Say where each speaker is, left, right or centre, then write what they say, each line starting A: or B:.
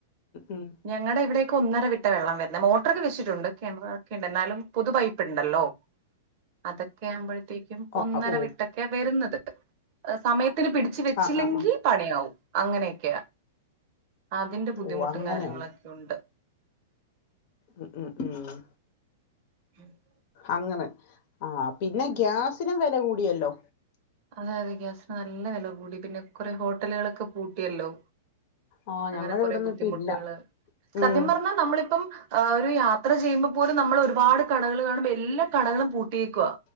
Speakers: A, on the left; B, on the right.
A: ഉം
B: ഞങ്ങടെ ഇവിടേക്ക് ഒന്നര വിട്ട വെള്ളം വരുന്ന മോട്ടർക്കെ വെച്ചിട്ടുണ്ട് കിണറ്വെ ക്കെ എന്നാലും പൊതു പൈപ്പ് ഉണ്ടല്ലോ അതൊക്കെ ആവുമ്പോഴത്തേക്കും
A: ആ
B: ഒന്നര
A: ആ, ഓ
B: വിട്ടൊക്കെയാ വരുന്നത് അഹ് സമയത്തിന് പിടിച്ച് വെച്ചില്ലെങ്കി
A: ആ ആ ആ
B: പണിയാവും അങ്ങനെയൊക്കെയ അതിന്റെ ബുദ്ധിമുട്ടും
A: ഓ അങ്ങനെയുണ്ട്
B: കാര്യങ്ങളൊക്കെ ഉണ്ട്
A: ഉം ഉം ഹും
B: <inaudible>
A: അങ്ങനെ ആ പിന്നെ
B: ഉം.
A: ഗ്യാസിനും വില കൂടിയല്ലോ
B: അതെ അതെ ഗ്യാസിന് നല്ല വില കൂടി പിന്നെ കുറെ ഹോട്ടലുകളൊക്കെ പൂട്ടിയല്ലോ
A: ആഹ്
B: അങ്ങനെ
A: ഞങ്ങടെ
B: കൊറെ
A: ഇവിടൊന്നും
B: ബുദ്ധിമുട്ടുകള്
A: ഇപ്പ ഇല്ല
B: സത്യം
A: ഉം
B: പറഞ്ഞാ നമ്മളിപ്പം ആഹ് ഒരു യാത്ര ചെയ്യുമ്പപോലും നമ്മള് ഒരുപാട് കടകള് കാണുമ്പോ എല്ലാ കടകളും പൂ ട്ടിയേക്കുക